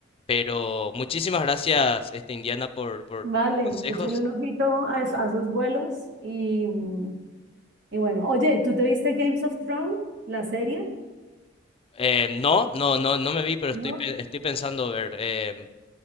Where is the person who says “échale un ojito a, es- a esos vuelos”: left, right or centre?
Right